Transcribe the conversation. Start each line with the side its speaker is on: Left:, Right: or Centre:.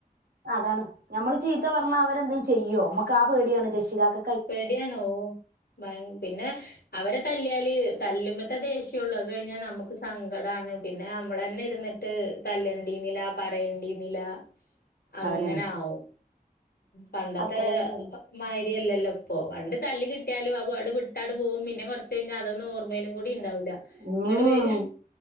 Right: അതാണ് ഞമ്മള് ചീത്ത പറഞ്ഞാ അവരെന്തു ചെയ്യോ മ്മക്ക് ആ പേടിയാണ് രക്ഷിതാക്ക
Left: പേടിയാണ് ഓഹ പിന്നെ അവരെ തല്ലിയാല് തല്ലുമ്പ ത്തെ ദേഷ്യേ ഉള്ളൂ അത് കയിഞ്ഞാ നമക്ക് സങ്കടാണ് പിന്നെ നമ്മള്ന്നെ ഇരിന്നിട്ട തല്ലേണ്ടി ന്നീലാ പറയേണ്ടി ന്നീല അങ്ങനെ
Right: അതന്നെയാണ്
Left: ആവും പണ്ടത്തെ
Right: അത്ര തന്നെ
Left: മായിരിയല്ലല്ലോ ഇപ്പൊ പണ്ട് തല്ല് കിട്ടിയാലും അത് വിട്ടാട് പോവും പിന്നെ കൊറച്ച് കഴിഞ്ഞാ അതോ ഓർ ർമ്മയിലും കൂടി ഉണ്ടാവില്ല
Right: ഉം
Left: ഇങ്ങോട്ട് വരും